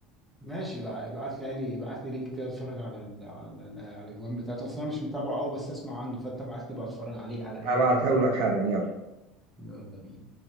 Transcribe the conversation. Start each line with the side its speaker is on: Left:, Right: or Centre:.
Centre: ماشي بقى ابعت لي لي ابعت لي لينك كده اتفرج على ال... على ال... على الاجوان بتاعته اصل انا مش متابعه قوي بس اسمع عنه فانت ابعت لي بقى اتفرج عليه على
Right: هبعتها
Centre: اي حاجه كده
Right: لك حالا يلا
Centre: يلا بينا